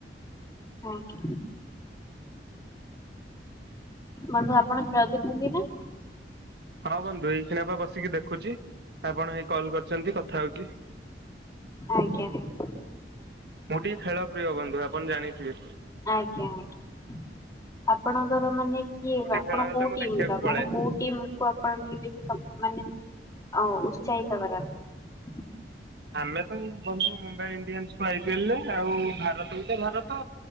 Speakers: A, on the left; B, on the right.
A: ଆଁ ବନ୍ଧୁ ଆପଣ ଖେଳ ଦେଖନ୍ତି ନା?
B: ହଁ ବନ୍ଧୁ ଏଇ କ୍ଷିଣା ପା ବସିକି ଦେଖୁଛି ଆପଣ ହେଇ କଲ କରିଛନ୍ତି କଥା ହଉଛି
A: ଆଜ୍ଞା ଆଜ୍ଞା
B: ମୁଁ ଟିକେ ଖେଳ ପ୍ରିୟ ବନ୍ଧୁ ଆପଣ ଜାଣିଥିବେ
A: ଆଜ୍ଞା ଆଜ୍ଞା ଆପଣଙ୍କର ମାନେ କିଏ
B: ଯୋଉଠି
A: ଆପଣ
B: ଖେଳ ହେଲେ
A: କୋଉଟିମ
B: ମୁଁ ଦେଖିବାକୁ
A: ର
B: ପଳାଏ।
A: ମାନେ କୋଉ ଟିମ କୁ ଆପଣ <unintelligible> ମାନେ ଓ ଉତ୍ସାହିତ କରିବାକୁ
B: ଆମେ ତ ବନ୍ଧୁ ମୁମ୍ବାଇ ଇଣ୍ଡିଆନ୍ସକୁ ଆଇ ପିଏଲରେ ଆଉ ଭାରତକୁ ତ ଭାରତ